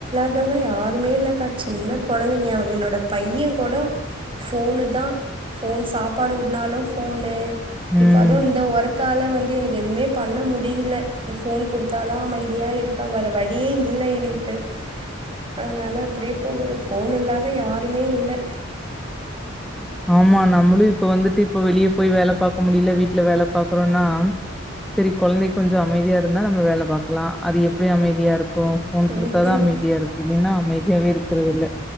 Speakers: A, on the right; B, in the centre.
A: மத்தவங்க யாருமே இல்லக்கா சின்ன கொழந்திங்க என்னோட பையங்கூட ஃபோனுதா ஃபோன் சாப்பாடு ஊட்னாலு ஃபோனு
B: ம்
A: இப்ப அதூவு இந்த ஒர்க்கால வந்து எனக்கு எதுமே பண்ண முடில. இந்த ஃபோன் குடுத் தாதா அமைதியா இருக்காங்க. வேற வழியே இல்ல எனக்கு. அதனால அப்பிடியே போகுது. ஃபோன் இல்லாத யாருமே இல்ல
B: ஆமா நம்மளூ இப்ப வந்துட்டு இப்ப வெளிய போய் வேல பாக்க முடியல. வீட்ல வேல பாக்குறோன்னா செரி கொழந்தைக் கொஞ்சொ அமைதியா இருந்தா நம்ம வேல பாக்கலா. அது எப்பிடி அமைதியா இருக்கோ. ஃபோன் குடுத்தாதா
A: ம்ஹூம்
B: அமைதியா இருக் கோ. இல்லின்னா அமைதியாவே இருக்கறது இல்ல.